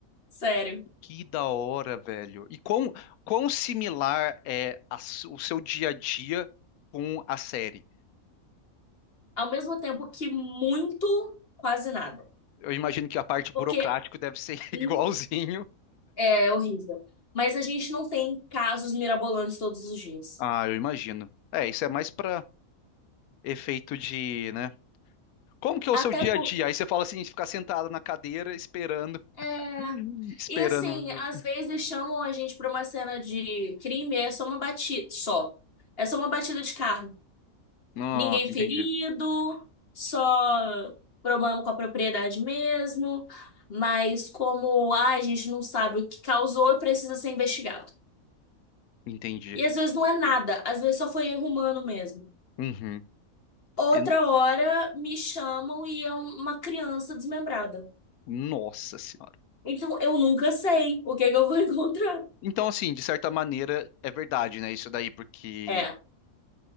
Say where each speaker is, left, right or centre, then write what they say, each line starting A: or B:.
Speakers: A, on the left; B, on the left.
A: Sério.
B: Que da hora, velho. E quão, quão similar é a s- o seu dia a dia com a série?
A: ao mesmo tempo que muito, quase nada.
B: Eu imagino que a parte burocrática
A: Porque
B: deve ser <laughs>
A: hum,
B: igualzinho.
A: é horrível. Mas a gente não tem casos mirabolantes todos os dias.
B: Ah, eu imagino. É, isso é mais pra efeito de, né? Como que é o
A: Até
B: seu dia
A: porque.
B: a dia? Aí você fala assim, ficar sentado na cadeira esperando,
A: É...
B: <laughs> esperando.
A: E assim, às vezes chamam a gente pra uma cena de crime, é só uma batida. Só. É só uma batida de carro.
B: Nossa,
A: Ninguém ferido,
B: entendi.
A: só problema com a propriedade mesmo. Mas como ah, a gente não sabe o que causou, precisa ser investigado.
B: Entendi.
A: E às vezes não é nada, às vezes só foi erro humano mesmo.
B: Uhum.
A: Outra
B: E-
A: hora me chamam e é um- uma criança desmembrada.
B: Nossa senhora.
A: Então eu nunca sei o que é que eu vou <laughs> encontrar.
B: Então, assim, de certa maneira, é verdade, né? Isso daí, porque
A: É.